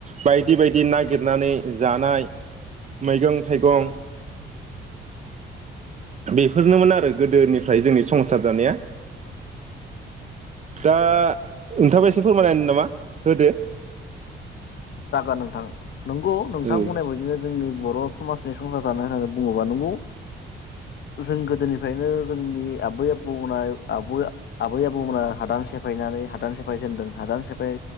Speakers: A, on the right; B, on the left.
A: बायदि बायदि नागिरनानै जानाय मैगं थाइगं बेफोरनोमोन आरो गोदोनिफ्राय जोंनि संसार जानाया दा नोंथाङाबो एसे फोरमाय होनो नामा होदो
B: जागोन नोंथां नंगौ नोंथां
A: औ
B: बुंनाय बायदिनो जोंनि बर स समाजनि संसार जानाय होननानै बुङोबा नंगौ जों गोदोनिफ्रायनो जोंनि आबै आबौमोना आबै आबै आबौमोना हादान सेफायनानै हादान सेफाय जेनदों हादान सेफाय